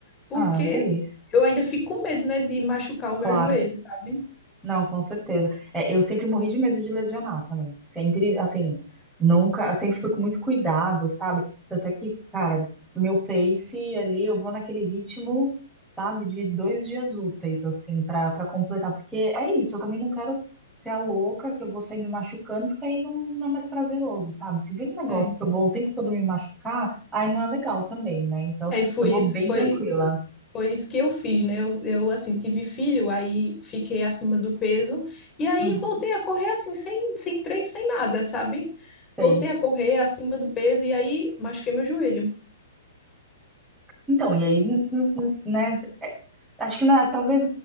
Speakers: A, on the left; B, in the centre.
A: Porque
B: Ah, delícia.
A: eu ainda fico com medo, né, de machucar o
B: Claro.
A: meu joelho, sabe?
B: Não, com certeza. É, eu sempre morri de medo de lesionar também. Sempre, assim, nunca, sempre fui com muito cuidado, sabe? Tanto é que, cara, meu pace ali, eu vou naquele ritmo, sabe, de dois dias úteis, assim, pra, pra completar. Porque é isso, eu também não quero ser a louca que eu vou sair me machucando, porque aí não, não é mais prazeroso, sabe? Se vira um negócio
A: É.
B: que eu vou o tempo todo me machucar, aí não é legal também, né? Então,
A: Aí foi
B: eu vou
A: isso,
B: bem
A: foi,
B: tranquila.
A: foi isso que eu fiz, né? Eu, eu, assim, tive filho, aí fiquei acima do peso, e aí
B: Uhum,
A: voltei a correr, assim, sem, sem treino, sem nada, sabe?
B: sei.
A: Voltei a correr acima do peso, e aí machuquei meu joelho.
B: Então, e aí, n- n- né? é, Acho que não é- talvez